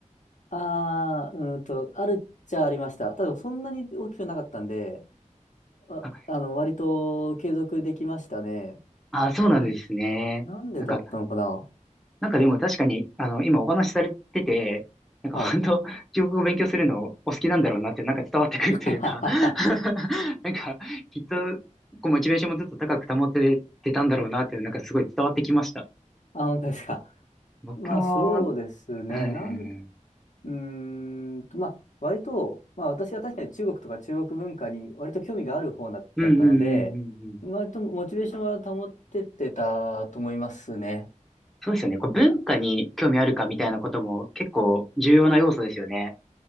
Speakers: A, on the left (about 65°); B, in the centre.
A: ああ、うーんと、あるっちゃありました。ただ、そんなに大きくなかったんで、あ、
B: あ、
A: あの、割と継続できましたね。
B: あ、そうなんですね。
A: まあ、なんでだったのかな
B: なんか、なんかでも確かに、あの、今お話しされてて、なんか本当、
A: はい。
B: 中国語を勉強するのお好きなんだろうなってなんか伝わってくるというか
A: <laughs> はははは
B: <laughs> なんか、きっと、こう、モチベーションもずっと高く保ててたんだろうなっていう、なんかすごい伝わってきました。
A: あ、本当ですか。
B: 僕も、
A: まあ、そうですね。
B: うん、
A: なん、うーんと、まあ、割と、まあ、私は確かに中国とか中国文化に割と興味がある方だだったので、
B: うんうんうんうんうん。
A: 割とモチベーションは保ってってたと思いますね。
B: そうですよね。こう文化に興味あるかみたいなことも結構重要な要素ですよね。